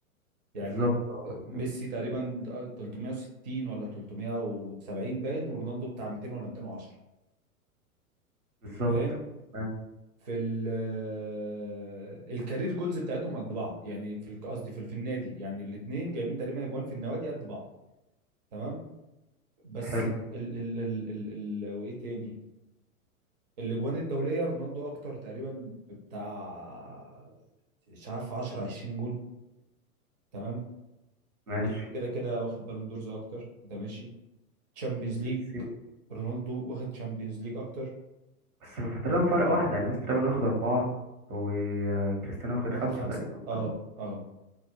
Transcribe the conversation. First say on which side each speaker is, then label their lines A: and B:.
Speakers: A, on the right (about 30°); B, on the right (about 70°).
A: يعني
B: بالظبط اه
A: آه، ميسي تقريبا 360 ولا 370 باين ورونالدو بتاع 200 ولا 210
B: بالظبط
A: فاهم
B: تمام
A: في ال آه، الكارير جولز بتاعتهم قد بعض يعني في الك- قصدي في في النادي يعني الاثنين جايبين تقريبا اجوان في النوادي قد بعض تمام بس
B: حلو
A: ال ال ال ال ال وايه تاني الاجوان الدوليه رونالدو اكتر تقريبا بتاع مش عارف 10 20 جون تمام
B: ماشي
A: ميسي كده كده واخد بالون دورز اكتر ده ماشي تشامبيونز
B: بس
A: ليج رونالدو واخد تشامبيونز ليج اكتر
B: بس في تقريبا فرق واحدة يعني ميسي تقريبا واخد أربعة وكريستيانو واخد
A: واخد
B: خمسة
A: خمسة
B: تقريبا
A: اه
B: صح؟
A: اه